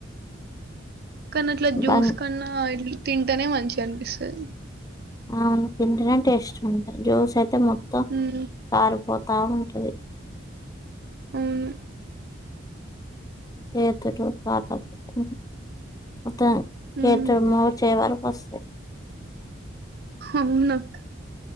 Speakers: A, on the right; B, on the left.
A: కాని అట్ల జ్యూస్
B: బం
A: కన్నా ఇట్ల తింటనే మంచిగ అనిపిస్తది
B: అవును తింటనే టేస్ట్ గా ఉంటది జ్యూసై తే మొత్తం
A: మ్మ్
B: కారిపో తా వుంటది
A: అవును
B: ఏతురు కాల <unintelligible> మొత్తం
A: మ్మ్
B: చేతులు మోచేయి వరక్ వస్తయి
A: అవునక్క